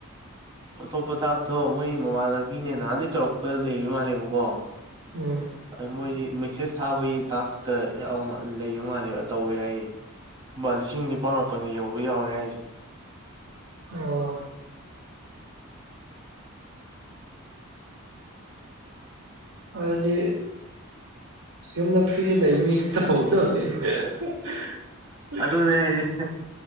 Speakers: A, on the right (about 25°); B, on the right (about 70°).
A: ꯑꯇꯣꯞꯄ ꯇꯥꯛꯁꯇꯣ ꯃꯣꯏ ꯃꯃꯥꯟꯅꯕꯤꯅꯦ ꯅꯍꯥꯟꯗꯒꯤ ꯇꯧꯔꯛꯄ ꯂꯩꯕ ꯃꯥꯜꯂꯦꯕꯀꯣ
B: ꯎꯝ
A: ꯑꯃꯣꯏꯗꯤ ꯃꯦꯁꯦꯁ ꯊꯥꯕꯒꯤ ꯇꯥꯛꯁ ꯀ ꯌꯥꯎꯕꯃꯥꯟ ꯂꯩꯕ ꯃꯥꯜꯂꯦꯕ ꯇꯧꯋꯦ ꯍꯥꯏꯌꯦ ꯃꯥ ꯂꯤꯁꯤꯡ ꯅꯤꯄꯥꯜ ꯃꯥꯄꯜꯒꯤ ꯌꯧꯕ ꯌꯥꯎꯔꯦ ꯍꯥꯏꯖꯤꯅꯤ
B: ꯑꯣ ꯑꯗꯨꯗꯤ ꯌꯨꯝꯗ ꯐ꯭ꯔꯤꯗ ꯂꯩꯕ ꯃꯤ ꯇꯧꯒꯗꯕꯅꯤ <unintelligible>
A: ꯑꯗꯨꯅꯦ ꯍꯥꯏꯁꯦ